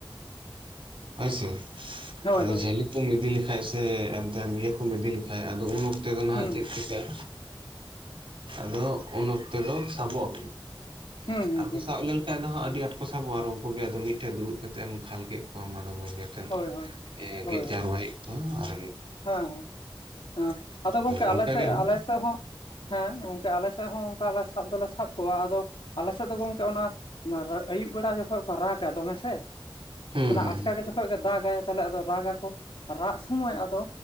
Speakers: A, on the right; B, on the left.
A: ᱦᱳᱭ ᱥᱮ,
B: ᱦᱳᱭ
A: ᱟᱫᱚ
B: ᱦᱳᱭ
A: ᱡᱷᱟᱹᱞᱤ <unintelligible> ᱤᱫᱤ ᱞᱮᱠᱷᱟᱱᱡ ᱥᱮ ᱮᱱᱛᱮ ᱱᱤᱭᱟᱹ ᱠᱚᱢ ᱤᱫᱤ ᱞᱮᱠᱷᱟᱱᱡ ᱟᱫᱚ ᱩᱱ ᱚᱠᱛᱮ ᱫᱚ ᱱᱟᱦᱟᱜ
B: ᱦᱩᱸ
A: ᱪᱮᱫ ᱪᱤᱠᱟᱹᱼᱟ? ᱟᱫᱚ ᱩᱱ ᱚ ᱛᱚ ᱫᱚ ᱥᱟᱵᱚᱜ ᱟᱠᱚ᱾
B: ᱦᱩᱸ ᱦᱩᱸ
A: ᱟᱨ ᱠᱚ
B: ᱦᱩᱸ
A: ᱥᱟᱵ ᱞᱮᱱᱠᱷᱟᱡ ᱟᱫᱚ ᱦᱟᱸᱜ ᱟᱹᱰᱤ ᱟᱸᱴ ᱠᱚ ᱥᱟᱵᱚᱜᱼᱟ ᱟᱨ ᱩᱱᱠᱩ ᱜᱮ ᱟᱫᱚ ᱢᱤᱫᱴᱮᱡ ᱫᱩᱲᱩᱵ ᱠᱟᱛᱮᱜ ᱮᱢ ᱠᱷᱟᱞ ᱠᱮᱫ ᱠᱚᱣᱟᱢ ᱟᱫᱚ <inaudible> ᱥᱮᱢ
B: ᱦᱳᱭ ᱦᱳᱭ
A: ᱮᱸ
B: ᱦᱳᱭ
A: ᱜᱮᱫ ᱡᱟᱣᱨᱟᱭᱮᱫ
B: ᱦᱳᱭ
A: ᱠᱚᱣᱟ ᱟᱨ
B: ᱦᱮᱸ ᱮᱸ ᱟᱫᱚ ᱜᱚᱝᱠᱮ
A: ᱦᱳᱭ ᱚᱱᱠᱟᱜᱮ
B: ᱟᱞᱮ ᱥᱮᱫ
A: ᱦᱩᱸ
B: ᱟᱞᱮ ᱥᱮᱫ ᱦᱚᱸ ᱦᱮᱸ ᱜᱚᱝᱠᱮ ᱟᱞᱮ ᱥᱮᱫ ᱦᱚᱸ ᱚᱱᱠᱟ ᱞᱮ ᱥᱟᱵ ᱫᱚᱞᱮ ᱥᱟᱵ ᱠᱚᱣᱟ ᱟᱫᱚ ᱟᱞᱮ ᱥᱮᱫ ᱫᱚ ᱜᱚᱝᱠᱮ ᱚᱱᱟ ᱢᱮ ᱨᱮ ᱟᱹᱭᱩᱵ ᱵᱮᱲᱟ ᱡᱚᱠᱷᱚᱡ ᱠᱚ ᱨᱟᱜᱟ ᱫᱚᱢᱮ ᱥᱮ᱾
A: ᱦᱩᱸ
B: ᱢᱟᱱᱮ ᱟᱪᱠᱟ ᱜᱮ ᱡᱚᱠᱷᱚᱡ ᱜᱮ ᱫᱟᱜᱟᱭ ᱛᱟᱦᱚᱞᱮ ᱟᱫᱚ ᱨᱟᱜᱟᱠᱚ ᱨᱟᱜ ᱥᱚᱢᱚᱭ ᱟᱫᱚ